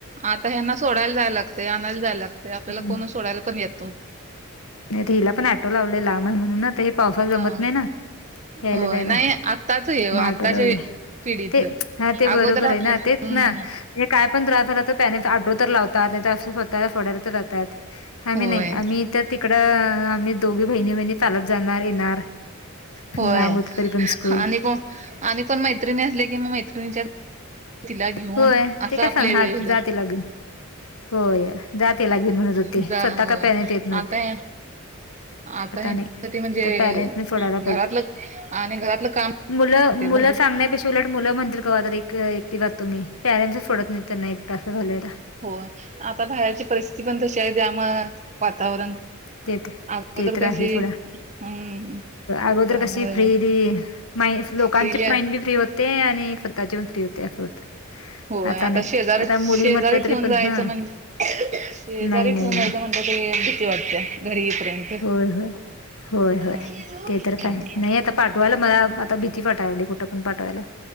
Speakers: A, on the right (about 35°); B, on the left (about 80°).
A: आता ह्यांना सोडायला जाययं लागतय. आणयला जाययं लागतयं. ते आपल्याला
B: हम्म,
A: कोण सोडायला पण येत नव्हत.
B: तिला पण ऑटो लावलयं लांब हाय म्हणून ना. आता हे पावसात जमत
A: हा
B: नाही ना. यायला
A: होय
B: जायला.
A: नाही आत्ताच हे
B: मग
A: आत्ताच्या
B: ऑटो लावलयं.
A: पिढीतलं
B: ते हा ते बरोबर
A: अगोदर आपलं
B: हे ना तेच
A: हम्म
B: ना. हे काय पण त्रास झाला तर पॅरेंट ऑटो तर लावतात. नाही तर अस स्वतःला सोडा यला जातात. आम्ही
A: होय
B: नाही आम्ही इथं ती इकडं आम्ही दोघी बहिणी-बहिणी चालत जाणार येणार.
A: होय
B: लांब होत तरी पन स्कूल.
A: आणि कोण आणि कोण मैत्रिणी असले की मग मैत्रिणीच्या तिला घेऊन
B: होय
A: असं
B: ते काय
A: आपल्या
B: संग हाय
A: वेळ होतं
B: जा तिला घेऊन. होय. जा तिला घेऊन म्हणत होते.
A: जा
B: स्वतः
A: होय
B: का पॅरेंट येत नव्हते.
A: आता आता ह्याच्यासाठी
B: नाही
A: म्हणजे
B: आता पॅरेंट्सने सोडायला
A: घरातलं आणि घरातलं काम
B: मुलं-मुलं
A: ते भले
B: सांगण्यापेक्षा उलट मुलं म्हणतील कवा तर एक -- एकट जातो मी. पॅरेंटसच सोडत नाही. त्यांना एकटा असं झालाय आता.
A: होय. आता बाहेरची परिस्थिती पण तशी हाय. त्यामुळ वातावरण.
B: तेत
A: अगोदर
B: ते तर
A: कशी
B: आहे सोडा
A: हम्म
B: अगोदर
A: त्यामुळे
B: कशी फ्रीली. माइंड लोकांची
A: पहिल्या
B: माइंड बी फ्री होते आणि स्वतःची फ्री होते अस होत.
A: होय आता
B: नाही
A: शेजारी-शेजारी
B: आता मुली म्हटलं तरी
A: ठेऊन
B: पण
A: जायचं
B: हा
A: म्हणजे शेजारी
B: नाही नाही
A: ठेऊून जायचं
B: नाही
A: म्हणजे घरी याला भीती वाटत्या घरी येईपर्यंत
B: होय-होय-होय-होय
A: हम्म.
B: ते तर काय नाही आता पाठवायला मला आता भीती वाटायला कुठ पण पाठवायला